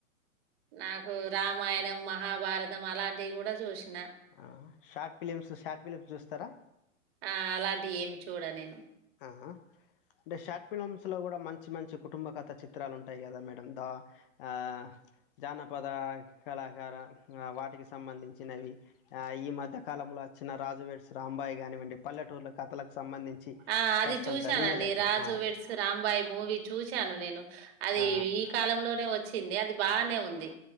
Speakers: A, on the right; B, on the left.
A: నాకు రామాయణం మహాభారతం అలాంటివి కూడా చూసినా
B: ఆ, షార్ట్ ఫిలిమ్స్ షార్ట్ ఫిలిమ్స్ చూస్తారా
A: నా అలాంటి ఏమి చూడాను నేను
B: ఆ అంటే షార్ట్ ఫిలిమ్స్లో కూడా మంచి మంచి కుటుంబ కథ చిత్రాలు ఉంటాయి కదా మేడం ద ఆ జానపద కళాకార వాటికి సంబంధించినవి ఈ మధ్య కాలంలో చిన్న రాజువేడ్స్ రాంబాయి కానివ్వండి పల్లెటూరుల కథలకు సంబంధించి
A: ఆ అది
B: కాస్తంత
A: చూశానుండి
B: రియల్ లైఫ్
A: రాజు
B: అదే
A: విడ్స్ రాంబాయి మూవీ చూశాను నేను అది
B: ఆ,
A: ఈ కాలంలో లోనే వచ్చింది అది బాగానే ఉంది